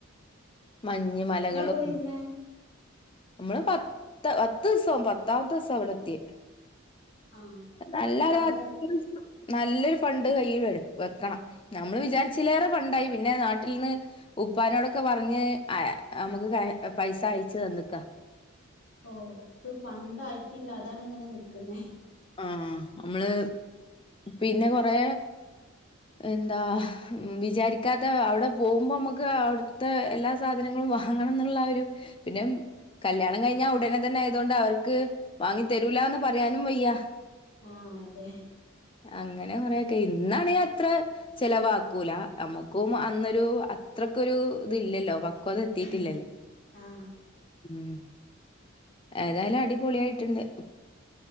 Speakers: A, on the left; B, on the left.
A: മഞ്ഞ മലകളും
B: പോയിരുന്നേ
A: നമ്മള് പത്ത് പത്ത് ദിവസം പത്താമത്തെ ദിവസം അവിടെ എത്തിയ
B: ആഹ്
A: നല്ലത്
B: എന്നിട്ട് അവിടെ
A: അത്യാവശ്യം നല്ലൊരു ഫണ്ട് കയ്യിൽ വ വെക്കണം നമ്മള് വിചാരിച്ചേറെ ഫണ്ടായി പിന്നെ നാട്ടിൽ നിന്ന് ഉപ്പാനോടൊക്കെ പറഞ്ഞ് നമുക്ക് പൈസ അയച്ചു തന്നക്കാം
B: ഓ ഇത് ഫണ്ടായിട്ടില്ല അതാണ് ഇങ്ങനെ നി ക്കുന്നേ
A: ആഹ നമ്മള് പിന്നെ കൊറെ എന്താ വിചാരിക്കാതെ അവിടെ പോകുമ്പോ നമുക്ക് അവിടുത്തെ എല്ലാ സാധനങ്ങള വാങ്ങണം എന്നുള്ള ഒരു പിന്നെ
B: ആഹ്
A: കല്യാണം കഴിഞ്ഞാ ഉടനെ തന്നെ ആയത കൊൊണ്ട് അവർക്ക് വാി തരൂല എന്ന് പറയാനും വയ്യ
B: ആ അതെ
A: അങ്ങനെ കുറെേൊക്കെ ഇന്നാണ് അത്ര ചെിലവാക്കൂല നമുക്കും അന്നൊരു അത്രക്കൊ ഒരു ഇത്ല്ലല്ലോ പക്വത എത്തിട്ടില്ലല്ലോ
B: ഉം ആഹ്
A: ഉം ഏതായാലും അടിപൊളിയായിട്ടുണ്ട്